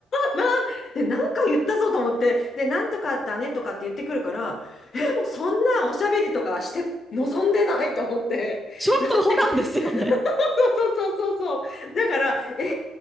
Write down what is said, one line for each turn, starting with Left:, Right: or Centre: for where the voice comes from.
Left: な、で、なんか言ったぞと思って、で、なんとかだねとかって言ってくるから、え、もうそんなおしゃべりとかして望んでないと思って、
Centre: ちょっとホラーですよね。
Left: だって、<laughs> そうそうそうそうそう、だから、えー